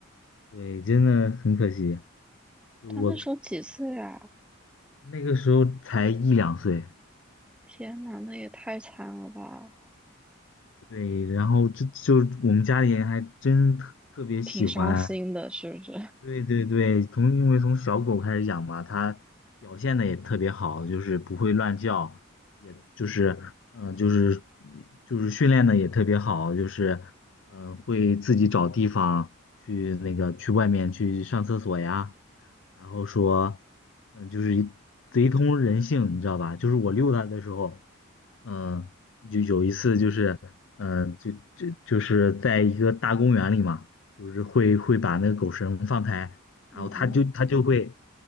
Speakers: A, on the left (about 60°); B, in the centre.
A: 对，真的很可惜。就我
B: 它那时候几岁啊？
A: 那个时候才一两岁，
B: 天呐，那也太惨了吧，
A: 对，然后就就我们家里人还真特特别喜欢。
B: 挺伤心的，是不是？
A: 对对对，从因为从小狗开始养嘛，它表现的也特别好，就是不会乱叫，也就是嗯、呃就是就是训练的也特别好，就是嗯、呃会自己找地方去那个去外面去上厕所呀，然后说，嗯，就是一贼通人性，你知道吧？就是我遛它的时候，嗯，就有一次就是，嗯，就就就是在一个大公园里嘛，就是会会把那个狗绳放开，然后它就它就会
B: <laughs> 嗯嗯。